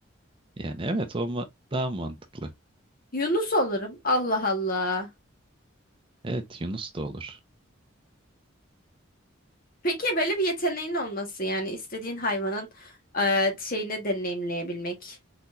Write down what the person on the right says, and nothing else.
Yani evet o ma- daha mantıklı.
Evet Yunus da olur.